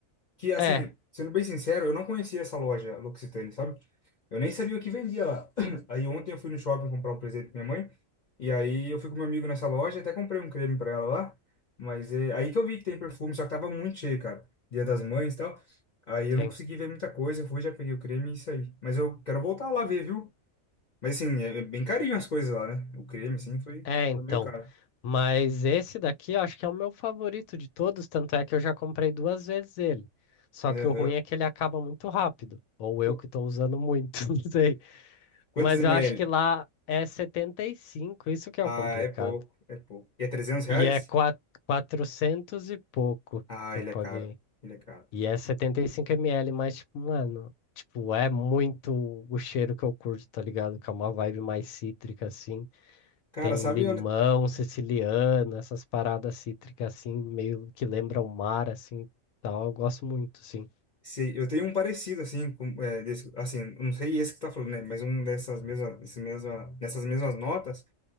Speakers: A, on the left; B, on the left.
A: Que assim,
B: É,
A: sendo bem sincero, eu não conhecia essa loja L'Occitane, sabe? Eu nem sabia o que vendia lá. <clears throat> Aí ontem eu fui no shopping comprar um presente pra minha mãe. E aí eu fui com meu amigo nessa loja, até comprei um creme pra ela lá. Mas é aí que eu vi que tem perfume, só que tava muito cheio, cara. Dia das Mães e tal. Aí
B: sim.
A: eu não consegui ver muita coisa, fui, já peguei o creme e isso aí. Mas eu quero voltar lá ver, viu? Mas assim, é é bem carinho as coisas lá, né? O creme, assim, foi,
B: É, então.
A: foi meio caro.
B: Mas esse daqui eu acho que é o meu favorito de todos, tanto é que eu já comprei duas vezes ele. Só
A: Aham.
B: que o ruim é que ele acaba muito rápido. Ou eu
A: Qu-
B: que estou usando muito, <laughs> não sei.
A: Quantos
B: Mas
A: ml?
B: eu acho que lá é 75. isso que é
A: Ah,
B: o complicado.
A: é pouco, é pouco. E é 300 reais?
B: E é quatro quatrocentos e pouco
A: Ah,
B: que
A: ele
B: eu paguei.
A: é caro, ele é caro.
B: E é 75 ml, mas, tipo, mano, tipo, é muito o cheiro que eu curto, tá ligado? Que é uma vibe mais cítrica, assim.
A: Cara,
B: Tem
A: sabe
B: limão
A: onde...
B: siciliano, essas paradas cítricas assim, meio que lembra o mar, assim, tal. Eu gosto muito, sim.
A: se- eu tenho um parecido, assim, com, é, desse, assim, não sei esse que tá falando, né? Mas um dessas mesmas, desse mesma, nessas mesmas notas,